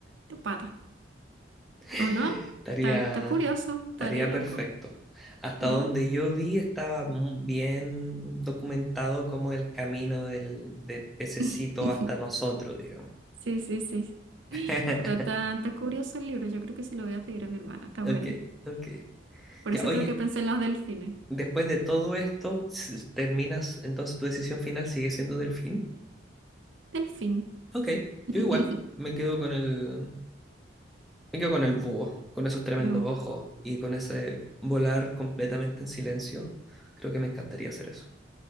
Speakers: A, on the right; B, in the centre.
A: de pata.
B: Estaría,
A: ¿O no? Está, está curioso, estaría
B: Estaría
A: loco,
B: perfecto. Hasta
A: ¿o
B: donde
A: no?
B: yo vi estaba mu- bien documentado como el camino del, del pececito
A: <laughs>
B: hasta nosotros, digamos.
A: Sí, sí, sí. sí.
B: <laughs>
A: Pero está, está curioso el libro, yo creo que se lo voy a pedir a mi hermana, está bueno.
B: Ok, ok.
A: Por
B: Ya,
A: eso
B: oye,
A: creo que pensé en los delfines.
B: después de todo esto, s- terminas, entonces tu decisión final sigue siendo delfín.
A: Delfín.
B: Ok,
A: <laughs>
B: yo igual me quedo con el, me quedo con el búho, con esos tremendos
A: Me gusta.
B: ojos y con ese volar completamente en silencio. Creo que me encantaría hacer eso.